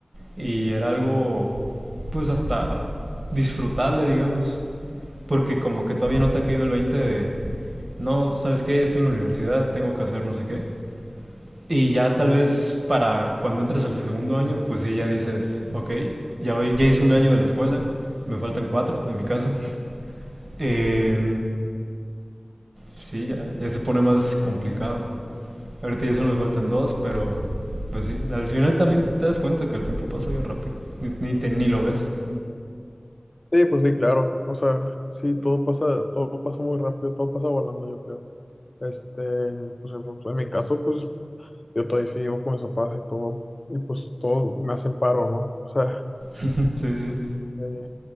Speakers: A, on the right; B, on the left.
A: y era algo pues hasta disfrutable, digamos, porque como que todavía no te ha caído el 20 de, no, ¿sabes qué? Ya estoy en la universidad, tengo que hacer no sé qué. Y ya tal vez para cuando entres al segundo año, pues sí, ya dices, ok, ya, voy- ya hice un año de la escuela, me faltan cuatro en mi caso. Eh, sí, ya, ya se pone más complicado. Ahorita ya solo me faltan dos, pero pues sí, al final también te das cuenta que el tiempo pasa bien rápido, ni, ni, te- ni lo ves.
B: Sí, pues sí, claro. O sea, sí, todo pasa, todo pasa muy rápido, todo pasa volando, yo creo. Este, pues, eh, pues, en mi caso, pues yo todavía sigo con mis papás y todo. Y pues todos me hacen paro, ¿no? O sea,
A: <laughs> Sí, sí.
B: eh,